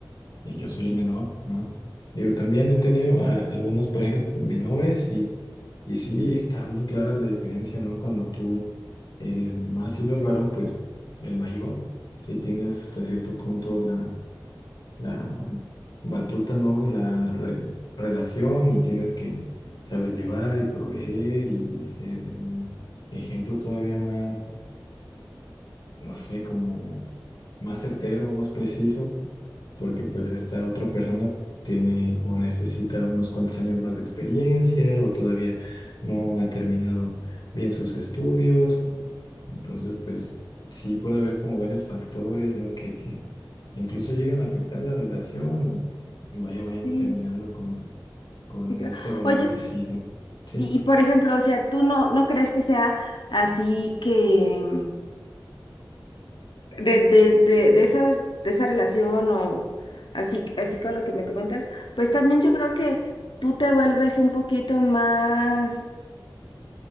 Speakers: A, on the left (about 55°); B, on the left (about 75°).
A: y yo soy el menor, ¿no? Digo, también he tenido a- algunas parejas menores y, y sí, está bien clara la diferencia, ¿no? Cuando tú eres más siendo el varón, pues el mayor, sí tienes hasta cierto punto la, la batuta, ¿no? De la re- relación y tienes que saber llevar y proveer y ser un ejemplo todavía más, no sé, como más certero, más preciso porque pues esta otra persona tiene o necesita unos cuantos años más de experiencia o todavía no ha terminado bien sus estudios. Entonces, pues sí puede haber como varios factores, ¿no? Que, que incluso lleguen a afectar la relación y vaya, vayan
B: Sí,
A: terminando con, con
B: sí creo.
A: este romanticismo.
B: Oye,
A: Sí.
B: y, y por ejemplo, o sea, ¿tú no, no crees que sea así que de, de, de, de esa, de esa relación o así, así con lo que me comentas, pues también yo creo que tú te vuelves un poquito más,